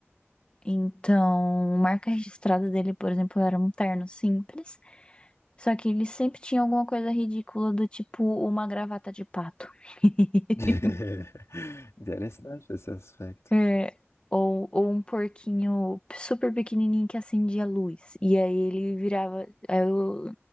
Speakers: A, on the left; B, on the left.
A: Então, marca registrada dele, por exemplo, era um terno simples. Só que ele sempre tinha alguma coisa ridícula do tipo uma gravata de pato. <laughs>
B: <laughs> Interessante esse aspecto.
A: É, ou, ou um porquinho super pequenininho que acendia a luz. E aí ele virava. Aí o,